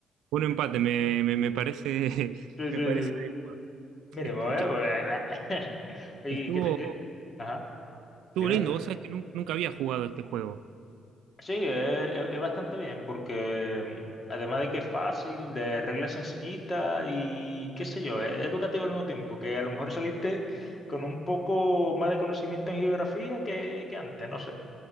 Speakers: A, on the right; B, on the left.
A: fue un
B: <laughs>
A: empate, me, me, me parece. <laughs>
B: Sí,
A: Me
B: sí, sí.
A: parece. adecuado.
B: Mínimo,
A: Est-
B: ¿eh?
A: est-
B: <laughs> Oye,
A: Estuvo,
B: ¿qué te, qué? Ajá,
A: estuvo
B: dímelo.
A: lindo, vos sabés que nun- nunca había jugado este juego.
B: Sí, es, es- es bastante bien porque mm, además de que es fácil, de reglas sencillitas y qué sé yo, es educativo al mismo tiempo, que a lo mejor saliste con un poco más de conocimiento en geografía que, que antes, no sé,